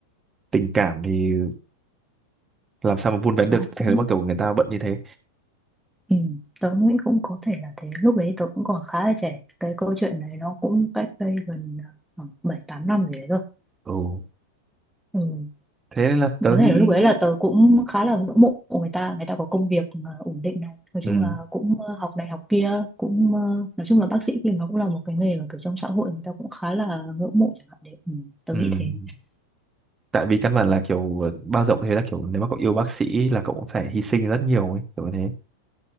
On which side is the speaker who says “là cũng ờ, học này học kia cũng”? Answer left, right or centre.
Centre